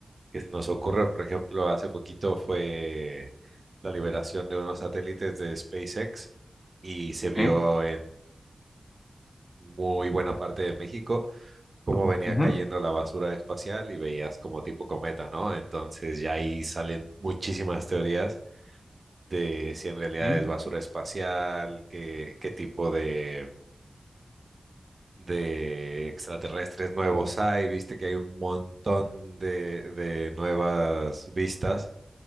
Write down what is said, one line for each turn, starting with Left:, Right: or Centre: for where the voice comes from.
Right: que se nos ocurre, por ejemplo, hace poquito fue la liberación de unos satélites de SpaceX y se vio
Left: Sí,
Right: en muy buena parte de México cómo venía
Left: ujú,
Right: cayendo la basura espacial y veías como tipo cometa, ¿no? Entonces ya ahí salen muchísimas teorías de si en realidad
Left: sí.
Right: es basura espacial, qué, qué tipo de, de extraterrestres nuevos hay, viste que hay un montón de, de nuevas vistas